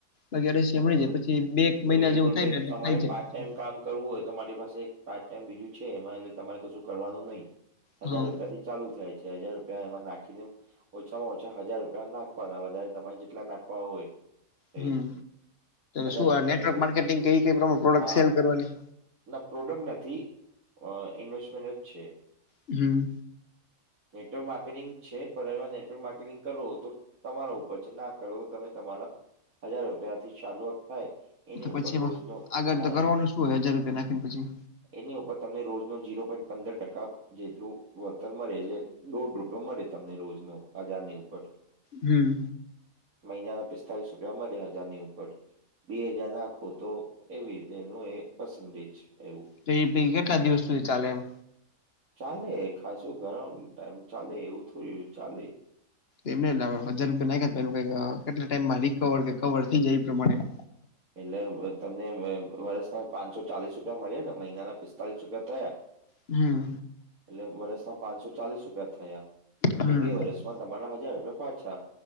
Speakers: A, on the left (about 45°); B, on the right (about 75°).
A: વગરે શમણી
B: બરાબર
A: જાય
B: એટલે
A: પછી બે એક મહિના
B: બીજું
A: જેવું
B: પણ
A: થાય
B: કઈ
A: ને એટલે
B: તમારે
A: થાય જાય.
B: પાર્ટ ટાઈમ કામ કરવું હોય તો મારી પાસે એક પાર્ટ ટાઈમ બીજું છે, એમાં એટલે તમારે કશું કરવાનું નહિ.
A: હા
B: હજાર રૂપિયા થી ચાલુ થાય છે, હજાર રૂપિયા એમાં નાખીને ઓછામાં ઓછા હજાર રૂપિયા નાખવાના વધારે તમારે જેટલા નાખવા હોય.
A: હમ્મ
B: એવું હજાર
A: શું
B: રૂપિયાની
A: નેટવર્ક
B: ઉપ
A: માર્કેટિંગ કે કઈ પ્રમાણે પ્રોડક્ટ
B: હા
A: સેલ કરવાની?
B: ના પ્રોડક્ટ નથી ઇન્વેસ્ટમેન્ટ જ છે.
A: હમ્મ.
B: નેટવર્ક માર્કેટિંગ છે પણ એમાં નેટવર્ક માર્કેટિંગ કરવું હતું. તમારા ઉપર છે ના કરો તો તમે તમારા હજાર રૂપિયા થી ચાલુઆત થાય. એની
A: પછી
B: ઉપર
A: એમાં
B: રોજનો
A: આગળ
B: હા
A: તો કરવાનું
B: એ
A: શું હોય હજાર રૂપિયા નાખી ને પછી?
B: એની ઉપર તમને રોજનો જીરો પોઈન્ટ પંદર ટકા જેટલું વર્તળ મળે એટલે દોઢ રૂપયો મળે તમને રોજ નુ હજારની ઉપર,
A: હમ
B: મહિનાના પિસ્તાલીસ રૂપિયા મળે હજારની ઉપર બે હજાર નાખો તો એવી રીતે એનું એ પરસેન્ટેજ એવું.
A: તો એ કેટલા દિવસ સુધી ચાલે એમ?
B: ચાલે ખાસું ઘણા ટાઈમ ચાલે એવું થયું ચાલે.
A: એમ હજાર રૂપિયા નાખે કેટલા ટાઈમમાં રિકવર કે કવર થઈ જાય એ પ્રમાણે
B: એટલે તમને વર્ષના પાંચસો ચાલીસ રૂપિયા મળે ને મહિના ના પિસ્તાલીસ રૂપિયા થયા.
A: હમ્મ
B: એટલે વર્ષમાં પાંચસો ચાલીસ રૂપિયા થયા એટલે
A: હમ હમ
B: બે વર્ષ તમારા હજાર રૂપિયા પાછા,